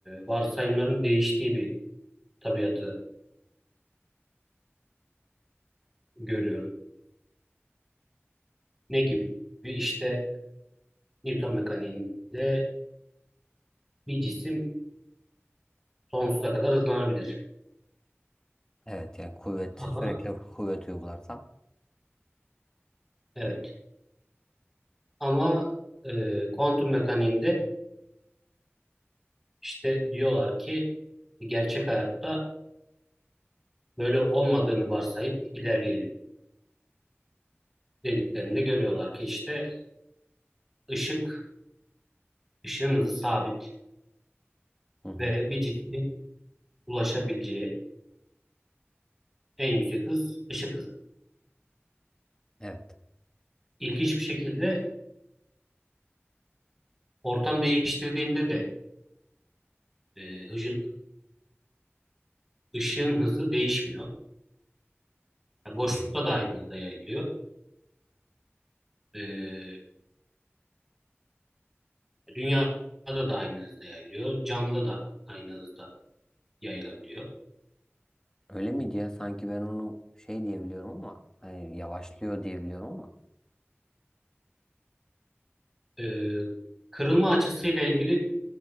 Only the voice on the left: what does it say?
Evet yani kuvvet
sürekli kuvvet uygularsam.
Hı hı.
Evet.
Hı hı.
Öyle miydi ya? Sanki ben onu şey diyebiliyorum ama hani yavaşlıyor diyebiliyorum ama.